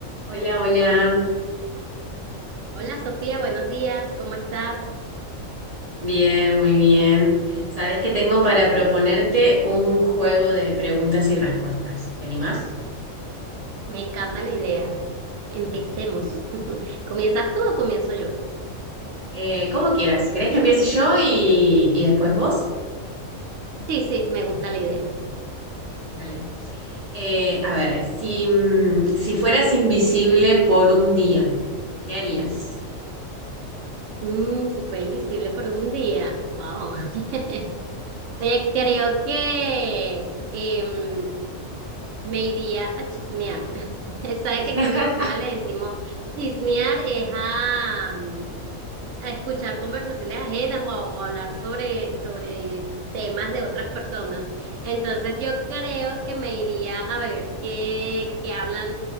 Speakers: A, on the right; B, on the right.
A: Hola, hola.
B: Hola Sofía, buenos días, ¿cómo estás?
A: Bien, muy bien. Sabes que tengo para proponerte un juego de preguntas y respuestas. ¿Te animás?
B: Me encanta la idea. Empecemos.
A: Mm.
B: <laughs> ¿Comienzas tú o comienzo yo?
A: Eh, como quieras. ¿Querés que empiece yo y, y después vos?
B: Sí, sí, me gusta la idea.
A: Dale. Eh, a ver, si, mm, si fueras invisible por un día, ¿qué harías?
B: Mm, si fuera invisible por un día, wow. <laughs> Oye, creo que em, me iría a chismear. <laughs> Sabe
A: <laughs>
B: que aquí en Venezuela le decimos chismear es a, mm, a escuchar conversaciones ajenas o a, o a hablar sobre, sobre temas de otras personas. Entonces yo creo que me iría a ver qué, qué hablan,